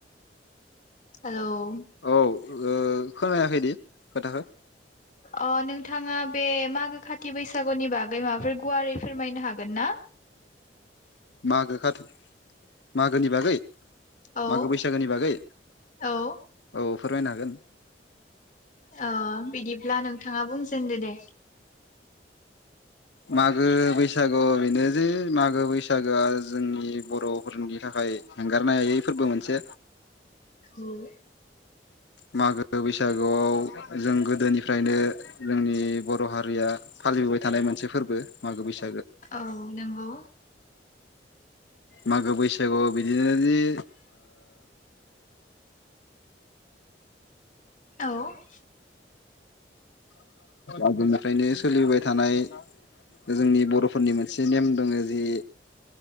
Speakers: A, on the left; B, on the left.
A: हेल'
B: औ ओ खोनायाखैदि खोथाखो
A: अ नोंथाङा बे मागो खाथि बैसागुनि बागै माबाफोर गुवारै फोरमायनो हागोन ना?
B: मागो खाथ मागोनि बागै।
A: औ
B: मागो बैसागोनि बागै
A: औ
B: औ। फोरमायनो हागोन
A: अ बिदिब्ला नोंथाङा बुंजेनदो दे।
B: मागो बैसागु बेनो जे मागो बैसागोआ जोंनि बर'फोरनि थाखाय हेंगारनो हायै फोरबो मोनसे।
A: होम
B: मागो बैसागोआव जों गोदोनिफ्रायनो जोंनि बर' हारिया फालिबोबाय थानाय मोनसे फोरबो मागो बैसागो
A: औ नंगौ।
B: मागो बैसागु बिदिनो जि ओ
A: औ
B: आगोलनिफ्रायनो सोलिबोबाय थानाय जोंनि बर'फोरनि मोनसे नेम दङ जि